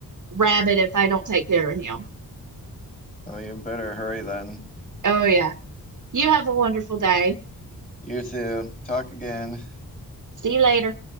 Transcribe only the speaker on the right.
rabid if I don't take care of him.
Oh, yeah. You have a wonderful day.
See you later.